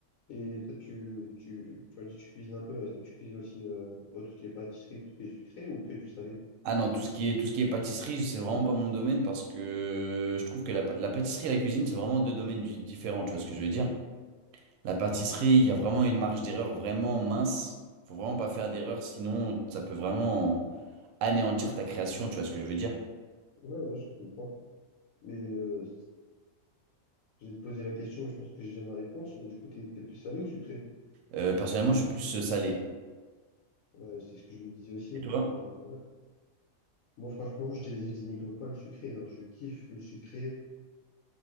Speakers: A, on the left; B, on the right.
A: Et toi, tu, tu, tu as dit que tu cuisines un peu. Est-ce que tu cuisines aussi euh, pas tout ce qui est pâtisserie, tout ce qui est sucré ou que du salé?
B: Ah non, tout ce qui est, tout ce qui est pâtisserie, c'est vraiment pas mon domaine parce que je trouve que la, pa- la pâtisserie et la cuisine, c'est vraiment deux domaines du- différents, tu vois ce que je veux dire? La pâtisserie, il y a vraiment une marge d'erreur vraiment mince. Faut vraiment pas faire d'erreur, sinon ça peut vraiment anéantir ta création, tu vois ce que je veux dire?
A: Ouais, ouais, je comprends. Mais euh, j'ai posé la question, mais je pense que j'ai déjà ma réponse. Mais du coup, t'es, t'es plus salé ou sucré?
B: Euh, personnellement, je suis plus euh, salé.
A: Ouais, c'est ce que je me disais aussi,
B: Et toi?
A: parce que ouais. Moi, franchement, je, dé- je dénigre pas le sucré. hein. Je kiffe le sucré,